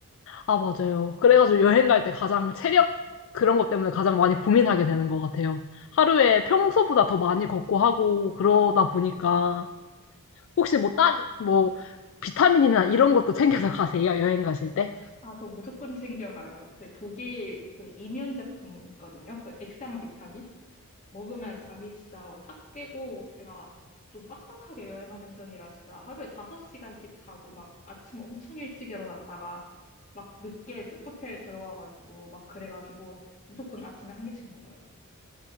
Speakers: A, on the left (about 60°); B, on the left (about 35°).
A: 아, 맞아요. 그래가지고 여행 갈 때 가장 체력 그런 것 때문에 가장 많이 고민하게 되는 것 같아요. 하루에 평소보다 더 많이 걷고 하고 그러다 보니까 혹시 뭐 다른 뭐 비타민이나 이런 것도 챙겨서 가세요? 여행 가실 때?
B: 아, 저 무조건 챙겨가요. 그 독일 그 이면 제품 있거든요. 그 액상 비타민. 먹으면 잠이 진짜 확 깨고 제가 좀 빡빡하게 여행하는 편이라 진짜 하루에 5시간씩 자고 막 아침 엄청 일찍 일어났다가 막 늦게 호텔 들어와가지고 막 그래가지고 무조건 아침에 한 개씩 먹어요.